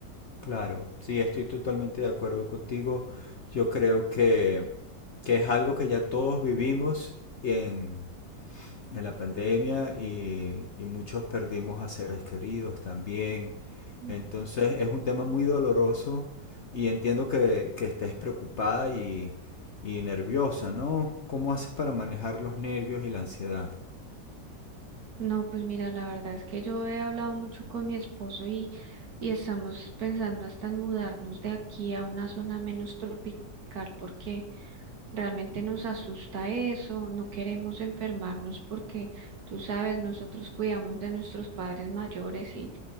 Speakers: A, on the left (about 55°); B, on the right (about 60°).
A: claro, sí, estoy totalmente de acuerdo contigo. Yo creo que, que es algo que ya todos vivimos en, de la pandemia y, y muchos perdimos a seres queridos también.
B: Mm.
A: Entonces es un tema muy doloroso y entiendo que, que estés preocupada y, y nerviosa, ¿no? ¿Cómo haces para manejar los nervios y la ansiedad?
B: No, pues mira, la verdad es que yo he hablado mucho con mi esposo y, y estamos pensando hasta en mudarnos de aquí a una zona menos tropical porque realmente nos asusta eso, no queremos enfermarnos porque tú sabes, nosotros cuidamos de nuestros padres mayores y,